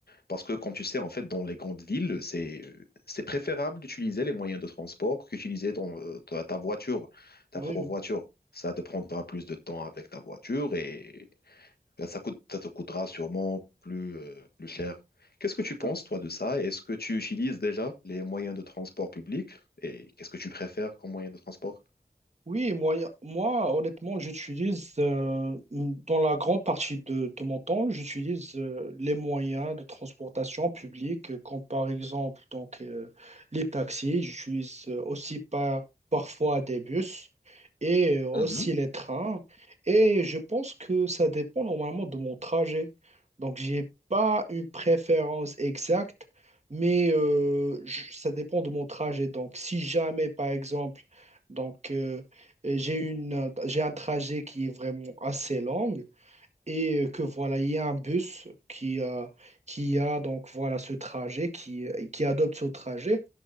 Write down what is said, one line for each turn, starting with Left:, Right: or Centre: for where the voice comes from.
Left: Parce que, comme tu sais, en fait, dans les grandes villes, c'est c'est préférable d'utiliser les moyens de transport qu'utiliser ton, euh, ta, ta voiture, ta
Right: oui,
Left: propre
Right: oui,
Left: voiture. Ça te prendra plus de temps avec ta voiture et ben, ça coûte, ça te coûtera sûrement plus, euh, plus cher. Qu'est-ce que tu penses,
Right: tout
Left: toi, de ça? Est-ce que tu utilises déjà les moyens de transport public et qu'est-ce que tu préfères comme moyen de transport?
Right: Oui, moi, moi honnêtement, j'utilise euh, dans la grande partie de, de mon temps, j'utilise euh, les moyens de transportation publique, euh, comme par exemple donc, euh, les taxis. J'utilise euh, aussi par, parfois des bus et euh, aussi
Left: Mhm.
Right: les trains. Et je pense que ça dépend normalement de mon trajet. Donc, j'ai pas une préférence exacte, mais euh, je- ça dépend de mon trajet. Donc, si jamais, par exemple, donc, euh, j'ai une, euh, j'ai un trajet qui est vraiment assez long et euh, que voilà, il y a un bus qui, euh, qui a donc voilà ce trajet, qui, euh, qui adopte ce trajet.